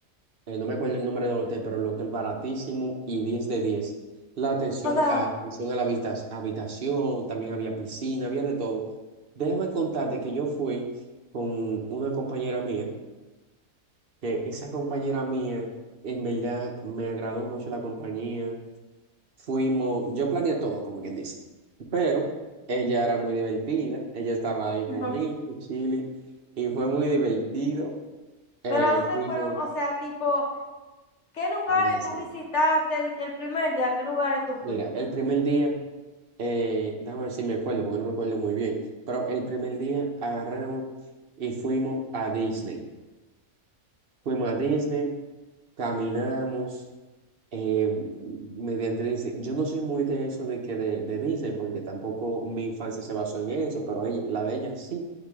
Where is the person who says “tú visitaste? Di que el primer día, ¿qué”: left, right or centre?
Left